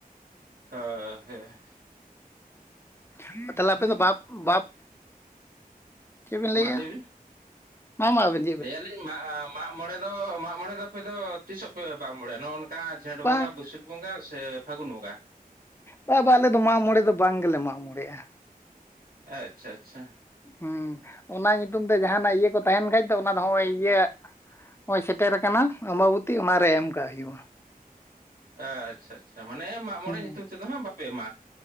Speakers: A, on the right (about 70°); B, on the left (about 15°).
A: ᱦᱚᱭ ᱦᱮᱸ
B: ᱦᱮᱸ ᱛᱟᱞᱦᱮ ᱟᱯᱮ ᱫᱚ ᱵᱟᱯ ᱵᱟᱯ ᱪᱮᱫ ᱵᱮᱱ
A: ᱢᱟ
B: ᱞᱟᱹᱭᱮᱜᱼᱟ
A: ᱞᱟᱹᱭ ᱵᱤᱱ
B: ᱢᱟ ᱢᱟ ᱟᱹᱵᱤᱱ
A: ᱞᱟᱹᱭᱟᱞᱤᱧ ᱢᱟ ᱢᱟᱜᱽ ᱢᱚᱬᱮ ᱫᱚ ᱢᱟᱜᱽ ᱢᱚᱬᱮ ᱫᱚ ᱟᱯᱮ ᱫᱚ ᱛᱤᱥᱚᱜ ᱯᱮ ᱢᱟᱜᱽ ᱢᱚᱬᱮ ᱱᱚᱜᱼᱚ ᱱᱚᱝᱠᱟ ᱡᱷᱮᱸᱴ
B: ᱵᱟᱝ
A: ᱵᱚᱸᱜᱟ ᱵᱟᱹᱭᱥᱟᱹᱠᱷ ᱵᱚᱸᱜᱟ ᱥᱮ ᱯᱷᱟᱹᱜᱩᱱ ᱵᱚᱸᱜᱟ
B: ᱵᱟ ᱵᱟ ᱟᱞᱮ ᱫᱚ ᱢᱟᱜᱽ ᱢᱚᱬᱮ ᱫᱚ ᱵᱟᱝ ᱜᱮᱞᱮ ᱢᱟᱜᱽ ᱢᱚᱬᱮᱜᱼᱟ
A: ᱟᱪᱪᱷᱟ ᱟᱪᱪᱷᱟ
B: ᱦᱩᱸ ᱚᱱᱟ ᱧᱩᱛᱩᱢ ᱛᱮ ᱡᱟᱦᱟᱱᱟᱜ ᱤᱭᱟᱹ ᱠᱚ ᱛᱟᱦᱮᱱ ᱠᱷᱟᱡ ᱫᱚ ᱚᱱᱟ ᱫᱚ ᱱᱚᱼᱚᱭ ᱤᱭᱟᱹ ᱚᱭ ᱥᱮᱴᱮᱨ ᱠᱟᱱᱟ ᱟᱢᱵᱚᱵᱚᱛᱤ ᱚᱱᱟᱨᱮ ᱮᱢ ᱠᱟᱜ ᱦᱩᱭᱩᱜᱼᱟ
A: ᱟᱪᱪᱷᱟ ᱟᱪᱪᱷᱟ, ᱢᱟᱱᱮ ᱢᱟᱜᱽ ᱢᱚᱬᱮ
B: ᱦᱩᱸ
A: ᱧᱤᱛᱩᱢ ᱛᱮᱫᱚ ᱦᱟᱸᱜ ᱵᱟᱯᱮ ᱮᱢᱟᱜᱼᱟ